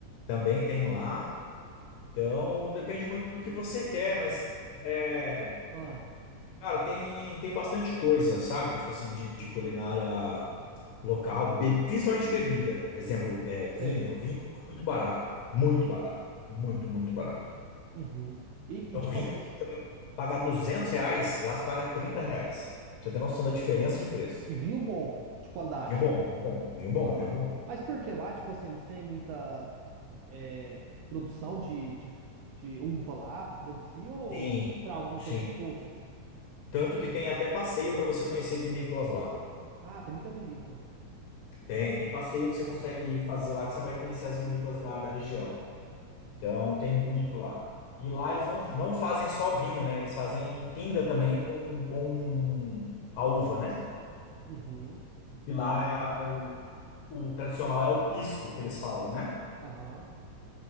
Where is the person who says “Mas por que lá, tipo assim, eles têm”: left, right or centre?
Right